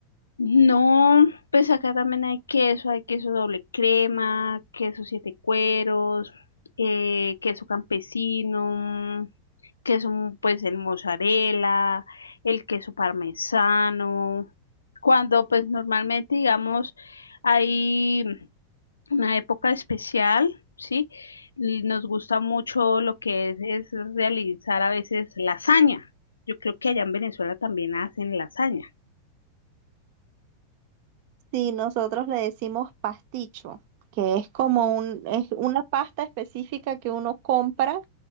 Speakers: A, on the left; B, on the right.
A: No, pues acá también hay queso, hay queso doble crema, queso siete cueros, eh, queso campesino, queso mm, pues el mozzarella, el queso parmesano. Cuando pues normalmente digamos hay mm, una época especial, ¿sí? Y Nos gusta mucho lo que es, es realizar a veces lasaña. Yo creo que allá en Venezuela también hacen lasaña.
B: Sí, nosotros le decimos pasticho, que es como un, es una pasta específica que uno compra